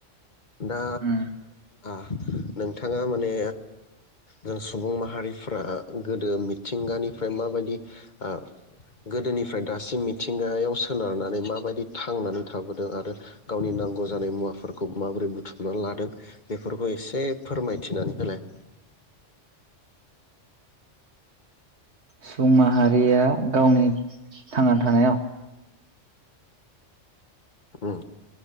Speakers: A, on the left (about 40°); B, on the right (about 65°).
A: दा
B: उम
A: आ नोंथाङा माने जों सुबुं माहारिफ्रा गोदो मिथिंगानिफ्राय माबायदि आ गोदोनिफ्राय दासिम मिथिंगायाव सोनारनानै माबायदि थांनानै थाबोदों आरो गावनि नांगौ जानाय मुवाफोरखौ माबोरै बुथुमनानै लादों बेफोरखौ एसे फोरमायथिनानै होलाय
B: सुबुं माहारिया गावनि थांना थानायाव
A: औ